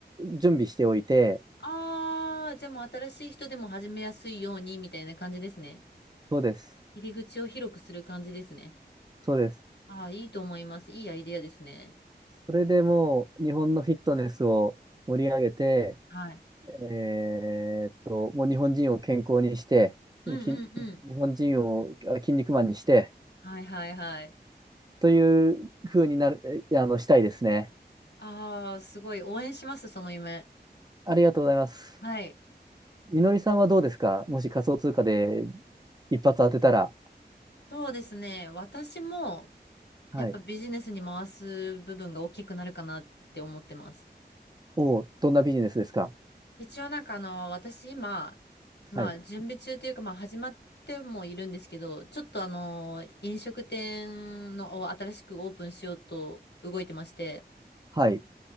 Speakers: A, on the right; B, on the left.
A: 準備しておいて、
B: ああ、じゃあもう新しい人でも始めやすいようにみたいな感じですね。
A: そうです、
B: 入り口を広くする感じですね。
A: そうです。
B: ああ、いいと思います。いいアイデアですね。
A: それでもう日本のフィットネスを盛り上げて、
B: はい。
A: えーっと、もう日本人を健康にして、
B: うんうんうん。
A: き、日本人をあ筋肉マンにして、
B: はいはいはい。
A: という風になる、えあの、したいですね。
B: ああ、すごい応援します、その夢。
A: ありがとうございます。
B: はい。
A: みのりさんはどうですかもし仮想通貨で一発当てたら。
B: そうですね。私も、
A: はい。
B: やっぱビジネスに回す部分が大きくなるかなって思ってます。
A: おお、どんなビジネスですか
B: 一応なんかあの、私今、まあ準備中というか、
A: はい。
B: まあ始まってもいるんですけど、ちょっとあの、飲食店のを新しくオープンしようと動いてまして、
A: はい。